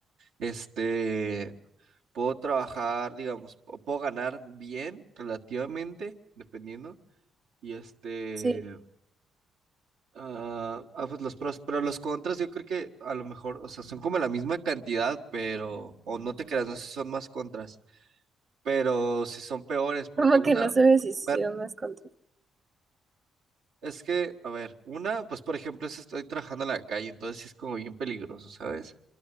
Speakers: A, on the right; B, on the right.
A: Este, puedo trabajar, digamos, o puedo ganar bien, relativamente, dependiendo. Y este,
B: sí.
A: ah, ah, pues los pros, pero los contras yo creo que a lo mejor, o sea, son como la misma cantidad, pero, o no te creas, no sé si son más contras, pero si son peores, porque
B: Como
A: una,
B: que no sabes si sí
A: ver,
B: o más contra.
A: es que, a ver, una, pues por ejemplo, es estoy trabajando en la calle, entonces sí es como bien peligroso, ¿sabes?